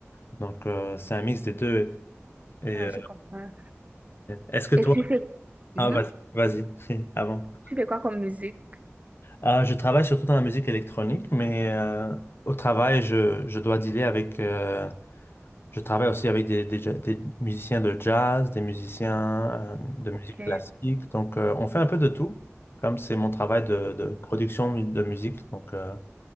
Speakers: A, on the left (about 50°); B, on the right (about 30°).
A: Donc, euh, c'est un mix des deux. Et
B: ah,
A: euh,
B: je comprends.
A: est-ce que toi...
B: Et tu fais,
A: Ah,
B: Mhm.
A: vas-y, vas-y, <laughs> avant.
B: Tu fais quoi comme musique?
A: Euh, je travaille surtout dans la musique électronique, mais euh, au travail, je, je dois dealer avec... euh, je travaille aussi avec des, des, ja- des musiciens de jazz, des musiciens euh, de
B: Ok.
A: musique classique. Donc, euh, on fait un peu de tout, comme c'est mon travail de, de production mu- de musique. Donc, euh,